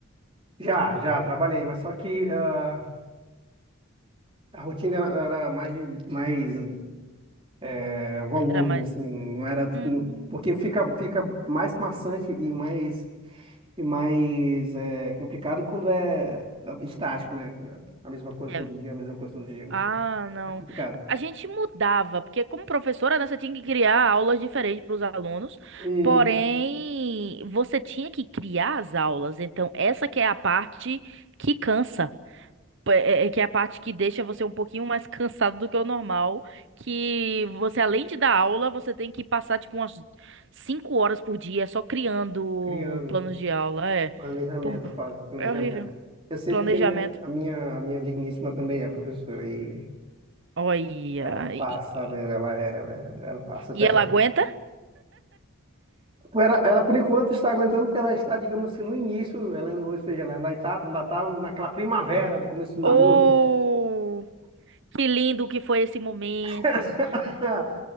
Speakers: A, on the right; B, on the right.
A: Já, já trabalhei, mas só que ah, a rotina era, era mais, de- mais eh, volúvel,
B: Era mais.
A: assim, não era como-
B: Hum.
A: porque fica, fica mais maçante e mais E mais é complicado quando é é estático, né? A mesma coisa
B: É.
A: todo dia, a mesma coisa todo dia, a mesma
B: Ah,
A: coisa. É
B: não.
A: é complicado.
B: A gente mudava, porque como professora, né, você tinha que criar aulas diferentes para os alunos,
A: Hum,
B: porém, você tinha que criar as aulas. Então, essa que é a parte que cansa. P- É, é que é a parte que deixa você um pouquinho mais cansado do que o normal, que você, além de dar aula, você tem que passar, tipo, umas cinco horas por dia só criando
A: Criando
B: planos de aula. É,
A: planejamento,
B: Pô,
A: a fase de planejamento.
B: é horrível.
A: Eu sei
B: Planejamento.
A: porque a minha, a minha, a minha digníssima também é professora e
B: Olha.
A: ela passa,
B: E, e-
A: velho, ela, é- ela, é- ela passa
B: e
A: terreno.
B: ela aguenta?
A: Tipo, Ela, ela, por enquanto, está aguentando porque ela está, digamos assim, no início, ela, ou seja, ela ainda está, ainda tá naquela primavera do começo do namoro.
B: Oh, que lindo que foi esse momento.
A: <laughs>